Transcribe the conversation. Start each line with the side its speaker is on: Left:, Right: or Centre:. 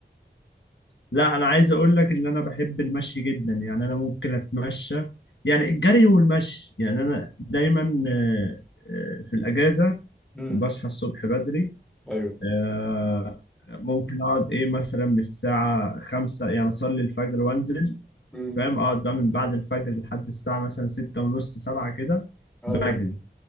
Left: لا انا عايز اقول لك ان انا بحب المشي جدا يعني انا ممكن اتمشى يعني الجري والمشي يعني انا دايما آه، آه، في الاجازه
Centre: امم
Left: بصحى الصبح بدري
Centre: ايوه
Left: آه، ممكن اقعد ايه مثلا من الساعة خمسة يعني اصلي الفجر وانزل
Centre: امم
Left: فاهم اقعد بقى من بعد الفجر لحد الساعة مثلا ستة ونص سبعة كده
Centre: ايوه
Left: بجري